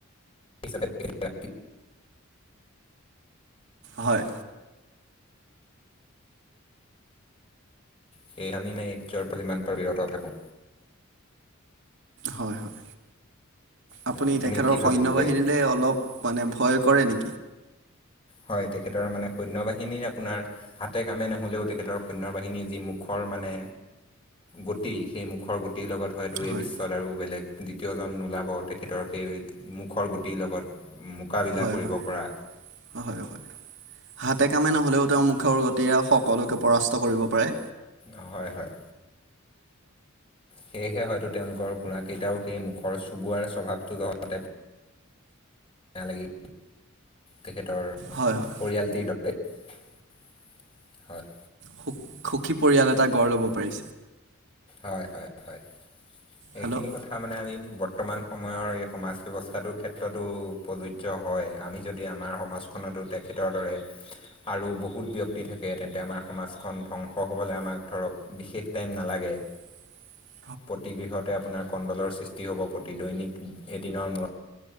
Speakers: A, on the left; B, on the right.
A: হিচাপে <unintelligible>
B: হয়।
A: সেয়ে আমি মাএ- এই যৰ- পৰা যিমান পাৰোঁ বিৰত থাকোঁ।
B: হয় - হয়। আপুনি
A: হয়
B: তেখেতৰ
A: কি
B: সৈন্য-বাহিনীলে
A: ভাবে বিষয়ে
B: অলপ মানে ভয় কৰে নে
A: হয়। তেখেতৰ মানে সৈন্য-বাহিনীৰ আপোনাৰ হাতে কামে নহলেও, তেখেতৰ সৈন্য-বাহিনীৰ যি মুখৰ মানে গতি, সেই মুখৰ গতিৰ লগত হয়তো
B: হয়
A: এই বিশ্বত আৰু বেলেগ দ্বিতীয়জন নোলাব, তেখেতৰ সেই মুখৰ গুটিৰ লগত। মোকাবিলা
B: হয়
A: কৰিব
B: হয়
A: পৰা।
B: হয় - হয়। হাতে-কামে ন হলেও তেওঁৰ মুখৰ গতিয়ে সকলোকে পৰাস্ত কৰিব পাৰে।
A: অ' হয় - হয়। সেয়েহে হয়তো তেওঁলোকৰ ঘোঁৰাকেইটাও সেই মুখৰ চুবোৱাৰ স্বভাৱটো ধৰাতে য়া লাগি- তেখেত তৰ
B: হয় হয়
A: পৰিয়ালটিৰ দৰে হয়।
B: সু- সুখী পৰিয়াল এটা গঢ় ল'ব পাৰিছে।
A: হয় - হয় - হয়। এইখিনি
B: হেল্ল'
A: কথা মানে আমি বৰ্তমান সময়ৰ এই সমাজ ব্যৱস্থাটোৰ ক্ষেত্ৰতো প্ৰযোজ্য হয়। আমি যদি আমাৰ সমাজ খনতো তেখেতৰ দৰে আৰু বহুত ব্যক্তি থাকে, তেন্তে আমাৰ সমাজখন ধ্বংস হ'বলৈ আমাৰ ধৰক বিশেষ টাইম নালাগে।
B: <unintelligible>
A: প্ৰতিগৃহতে আপোনাৰ কণ্ডলৰ সৃষ্টি হ'ব, প্ৰতি দৈনিক এদিনৰ মূৰত